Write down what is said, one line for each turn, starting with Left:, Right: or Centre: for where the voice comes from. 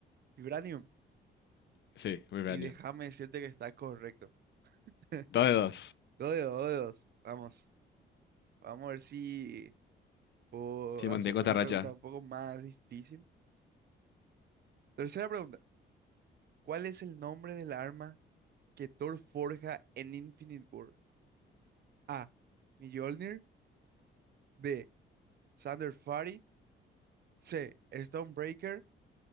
Right: Vibranium.
Left: Sí, Vibranium.
Right: Y déjame decirte que está correcto. <laughs>
Left: Dos de dos.
Right: Dos de dos, dos de dos. Vamos. Vamos a ver si puedo
Left: Sí, mantengo
Right: hacerte
Left: esta
Right: otra
Left: racha.
Right: pregunta un poco más difícil. Tercera pregunta. ¿Cuál es el nombre del arma que Thor forja en Infinite War? A. Mjolnir. B. Thunderfury, C. Stormbreaker.